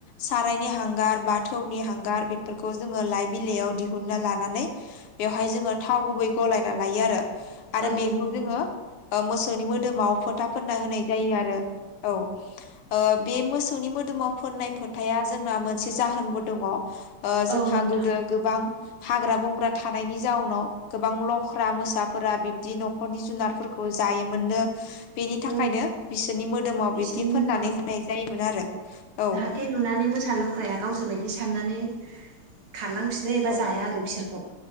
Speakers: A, on the left; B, on the right.
A: सारायनि हांगार बाथौनि हांगार बेफोरखौ जोंङो लाइ बिलाइयाव दिहुनन्ना लानानै बेवहाय जोंङो थाव गुबै गलायना लायो आरो आरो
B: औ
A: बेखौ
B: नंगौ
A: जोंङो ओ मोसौवनि मोदोमाव फोथा फोनना होनाय जायो आरो। औव ओ बे मोसौनि मोदोमाव फोननाय फोथाया जोंना मोनसे जाहोनबो दंङ ओ जोंहा
B: औ नोंथां
A: गोदो गोबां हाग्रा बंग्रा थानायनि जाउनाव गोबां लख्रा मोसाफोरा बिब्दि नखरनि जुनारफोरखौ जायोमोननो बेनि थाखायनो
B: औ
A: बिसोरनि मोदोमाव
B: बिसोरनो
A: बिब्दि फोननानै
B: औ
A: होनाय जायोमोन आरो। औ
B: जाहाथे नुनानै मोसा लख्राया गावसोर बायदि साननानै खारलांफिनो एबा
A: औ
B: जाया आरो बिसोरखौ